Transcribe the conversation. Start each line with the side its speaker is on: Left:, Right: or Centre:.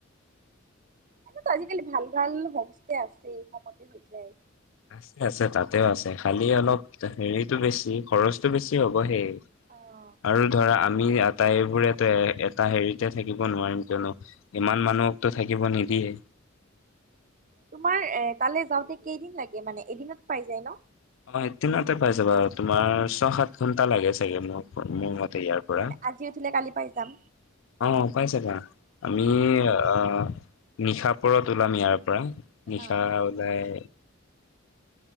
Right: এটো ত আজিকালি ভাল ভাল হোমষ্টে আছে কমতে হৈ যায়
Left: আছে আছে তাতেও আছে খালি অলপ হেৰিতটো বেছি খৰচটো বেছি হ'ব সেই।
Right: অঁ
Left: আৰু ধৰা আমি আটাইবোৰ এটা হেৰিতে থাকিব নোৱাৰিম কিযনো ইমান মানুহক তো থাকিব নিদিয়ে
Right: তোমাৰ এ তালে যাওঁতে কেইদিন লাগে মানে এদিনত পাই যায় ন
Left: অ এক দিনতে পাই যাবা তোমাৰ ছয় সাত ঘণ্টা লাগে চাগে মোৰ মতে ইয়াৰ পৰা,
Right: মানে আজি উঠিলে কালি পাই যাম।
Left: অ পাইছে আমি
Right: অঁ
Left: আহ নিশা পৰত ওলাম ইয়াৰ পৰা পৰা নিশা
Right: অঁ
Left: উলায়